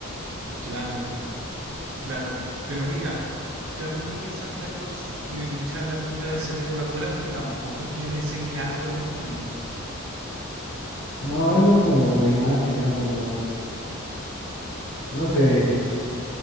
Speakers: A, on the right (about 70°); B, on the left (about 85°).
A: Claro, claro. Pero mira, claro que Santa Claus tiene mucha la pinta de ser de Coca-Cola porque tampoco es quien le enseñe algo a los niños.
B: No, es más como la imagen, ¿no? Como, no sé,